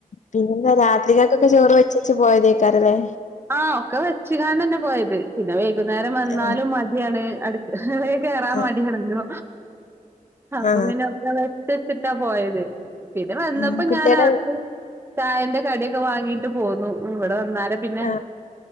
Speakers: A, on the left; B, on the right.
A: പിന്നെന്താ രാത്രികാൾക്കൊക്കെ ചോറ് വെ വെച്ചേച് പൊയ്തേക്കാരല്ലെ
B: ആ ഒക്കെ വെച്ചുകണ്ട് തന്നെ പോയത് പിന്നെ വൈകുന്നേരം വന്നാലും
A: ഏ
B: മട്യയാണ് അടു കേയറാൻ
A: ആ
B: മടിയണല്ലോ അപ്പൊ
A: ആ
B: പിന്നെ ഒക്കെ വെച്ച ച്ചിട്ടാ പോയത് പിന്നെ വന്നപ്പോ
A: ഉം കുട്ടികള്
B: ഞാൻ അവർക്ക് ചായന്റെ കടിയൊക്കെ വാങ്ങിട്ട് പോന്നു ഇവിടെ വന്നാ അത പിന്നെ
A: ആ